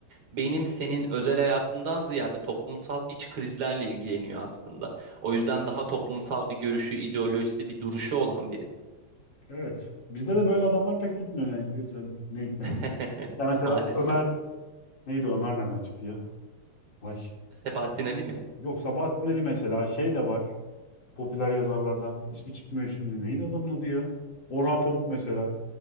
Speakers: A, on the right; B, on the left.
A: benim senin özel hayatından ziyade toplumsal iç krizlerle ilgileniyor aslında. O yüzden daha toplumsal bir görüşü, ideolojisi, bir duruşu olan biri.
B: Evet. Bizde de böyle adamlar pek tutmuyor ne, ne hikmetse.
A: <laughs>
B: Ya mesela
A: Maalesef.
B: Ömer neydi Ömer nereden çıktı ya? Ay.
A: Sebahattin Ali mi?
B: Yok Sabahattin Ali mesela şey de var. Popüler yazarlardan. İsmi çıkmıyor şimdi. Neydi adamın adı ya? Orhan Pamuk mesela.